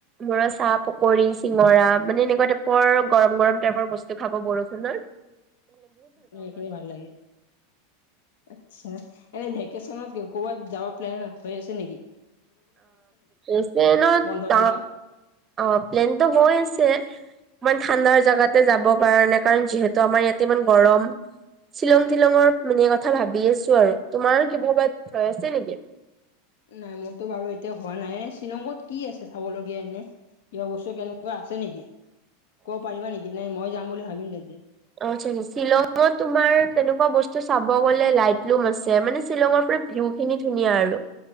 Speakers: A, on the right; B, on the left.
A: মো ৰ চা পকৰী চিঙৰা মানে এনেকুৱা টাইপৰ গৰম গৰম টাইপৰ বস্তু খাব বৰষুনত
B: ম এইখিনি ভাল লাগে আচ্ছা এনে ভেকেচনত ক'বাত যাব প্লেন হৈ আছে নিকি
A: অছে ন
B: বন্ধৰ
A: ত
B: দিনত
A: অ প্লেনটো হৈ আছে মান ঠাণ্ডাৰ জেগাতে যাব কাৰণে কাৰণ যিহেতু আমাৰ ইয়াতে ইমান গৰম শ্বিলং টিলঙৰ মানে কথা ভাবি আছো আৰু তোমাৰো কিহবাত হৈ আছে নেকি
B: নাই মোৰতটো বাৰু এতিয়া হোৱা নাই এ শ্বিলংত কি আছে চাবলগীয়া এনে কিবা বস্তু কেনেকুৱা আছে নেকি কব পাৰিবা নেকি নে মই যাম বুলি ভাবিম তেন্তে
A: আ্ছা আচ্ছা শ্বিলঙত তুমাৰ তেনেকুৱা বস্তু চাব গলে লাইটলুম আছে মানে শ্বিলঙৰ ভিউ খিনি ধুনীয়া আৰু